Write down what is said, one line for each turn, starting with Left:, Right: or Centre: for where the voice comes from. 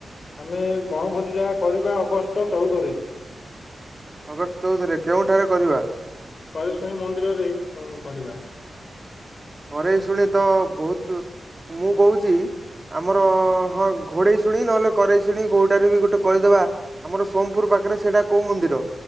Left: ଆମେ ବଣଭୋଜିଟା କରିବା ଅଗଷ୍ଟ ଚଉଦରେ।
Right: ଅଗଷ୍ଟ ଚଉଦରେ କେଉଁଠାରେ କରିବା?
Left: କରେ ସ୍ୱରୀ ମନ୍ଦିରରେ କନ୍ କରିବା।
Right: କରେଇ ଶୁଣି ତ ବହୁତୁ ମୁଁ କହୁଚି ଆମର ହଁ ଘୋଡ଼େଇ ଶୁଣି ନହେଲେ କରେଇ ଶୁଣି କଉଟାରେ ବି ଗୋଟେ କରିଦବା। ଆମର ସୋମପୁର୍ ପାଖରେ ସେଟା କଉ ମନ୍ଦିର